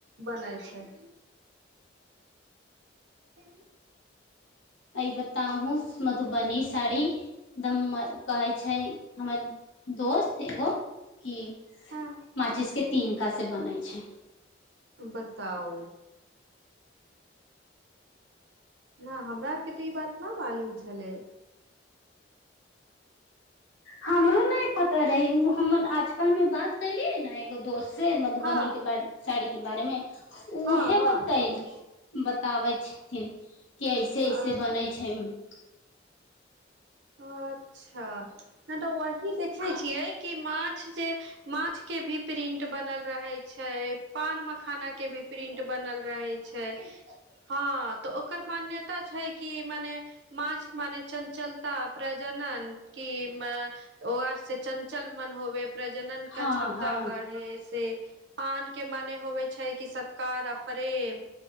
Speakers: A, on the right; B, on the left.
A: बनै छै। ी।
B: अ बताहूँ मे तू बनी साड़ी एकदम। कहै छै हमर दोस्त एगो कि
A: हँ
B: माचिसके तिनका से बनै छै।
A: बताउ। नहि हमरा आरके तऽ ई बात नहि मालूम छलै।
B: हमरो नहि पता रहै ओ हमर आजकल मे बात कलियै ने एगो दोस्त। से मधुबनी
A: हँ
B: के ब साड़ी के बारे मे उहे
A: हँ हँ
B: बताै। बताबै छथिन। के ऐसे
A: आ
B: ऐसे बनै छै। <unintelligible>
A: अच्छा तऽ वही देखे छियै कि माछ जे माछ के भी प्रिंट बनल रहे छै पान मखाना के भी प्रिंट। बनल रहै छै हँ। <unintelligible> तऽ ओकर मान्यता। छै कि मने माछ। माने चञ्चल। <unintelligible> त प्रजनन क ओर से चञ्चल मन होबे। प्रजनन का
B: हँ
A: क्षमता
B: हँ
A: बढ़ है ऐे। पान के मने होवे छै कि सत्कार आ प्रेम।